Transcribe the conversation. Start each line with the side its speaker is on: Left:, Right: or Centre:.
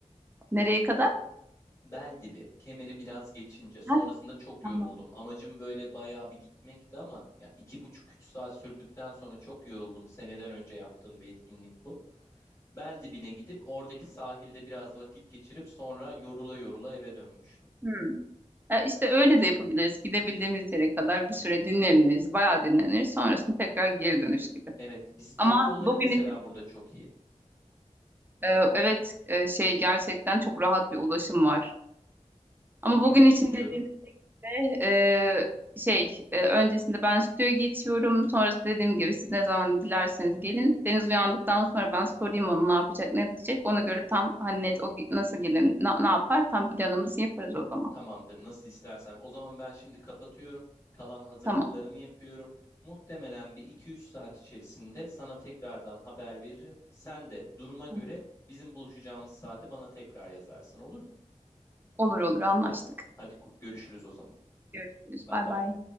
Right: Nereye kadar?
Left: Bel dibi. Kemeri biraz geçince. Sonrasında
Right: Ha,
Left: çok
Right: tamam.
Left: yoruldum. Amacım böyle bayağı bir gitmekti ama ya iki buçuk üç saat sürdükten sonra çok yoruldum. Seneden önce yaptığım bir etkinlik bu. Bel dibine gidip oradaki sahilde biraz vakit geçirip sonra yorula yorula eve dönmüştüm.
Right: Hmm. E, işte öyle de yapabiliriz. Gidebildiğimiz yere kadar bir süre dinleniriz. Bayağı dinleniriz. Sonrasında tekrar geri dönüş gibi.
Left: Evet, bisiklet
Right: Ama
Left: yolları
Right: bugün
Left: mesela
Right: için
Left: burada çok iyi.
Right: e, evet e, şey gerçekten çok rahat bir ulaşım var. Ama
Left: Bugün
Right: bugün
Left: için
Right: için
Left: diyordun.
Right: dediğim Eee, şey e, öncesinde ben stüdyoya geçiyorum. Sonrası dediğim gibi siz ne zaman dilerseniz gelin. Deniz uyandıktan sonra ben sorayım onu ne yapacak ne diyecek. Ona göre tam hani net o gi- nasıl gelin na- ne, yapar tam planımızı yaparız o zaman.
Left: Tamamdır, nasıl istersen. O zaman ben şimdi kapatıyorum. Kalan hazırlıklarımı
Right: Tamam.
Left: yapıyorum. Muhtemelen bir iki üç saat içerisinde sana tekrardan haber veririm. Sen de duruma göre
Right: Tamam.
Left: bizim buluşacağımız saati bana tekrar yazarsın, olur mu?
Right: Olur olur anlaştık.
Left: Tamam. Hadi ku- görüşürüz o zaman.
Right: Görüşürüz.
Left: Bay
Right: Bay
Left: bay.
Right: bay.